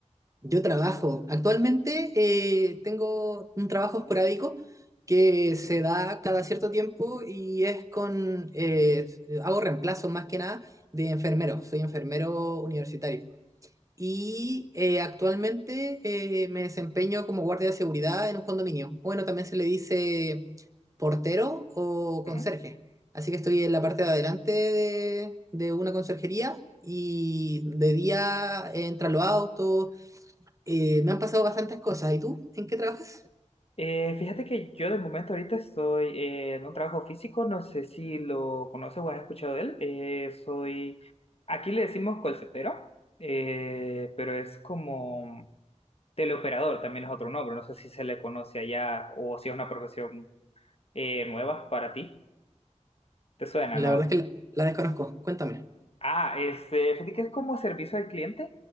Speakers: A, on the right; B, on the left.
A: Yo trabajo. Actualmente eh, tengo un trabajo esporádico que se
B: Ujú.
A: da cada cierto tiempo y es con, eh, hago reemplazo más que nada de enfermero. Soy enfermero universitario. Y eh, actualmente eh, me desempeño como guardia de seguridad en un condominio. Bueno, también se le dice portero o conserje.
B: ujú.
A: Así que estoy en la parte de adelante de, de una conserjería y de día entran los autos. eh, me han pasado bastantes cosas. ¿Y tú? ¿En qué trabajas?
B: Eh, fíjate que yo de momento ahorita estoy eh, en un trabajo físico, no sé si lo conoces o has escuchado de él. Eh, soy, aquí le decimos callcentero, eh, pero es como teleoperador, también es otro nombre, no sé si se le conoce allá o si es una profesión eh, nueva para ti. ¿Te suena,
A: La
B: no?
A: verdad es que la, la desconozco. Cuéntame.
B: Ah, este, fíjate que es como servicio al cliente,